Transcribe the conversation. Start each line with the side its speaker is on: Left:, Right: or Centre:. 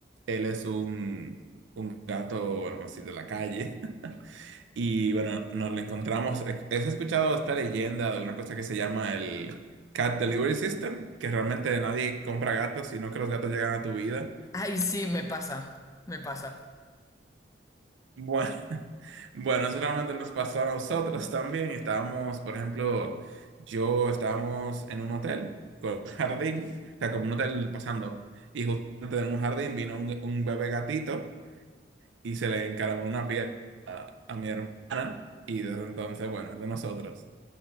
Right: él es un, un gato, bueno, así de la calle, <laughs> Y bueno, nos lo encontramos. ¿Has escuchado esta leyenda de una cosa que se llama el Cat Delivery System? Que realmente nadie compra gatos, sino que los gatos llegan a tu vida.
Left: Ay, sí, me pasa, me pasa,
Right: Bueno, <laughs> bueno, eso realmente nos pasó a nosotros también. Estábamos, por ejemplo, yo estábamos en un hotel con un jardín, o sea, como un hotel pasando. Y justamente en un jardín vino un, un bebé gatito y se le encaramó una piedra a a mi hermana. Y desde entonces, bueno, es de nosotros.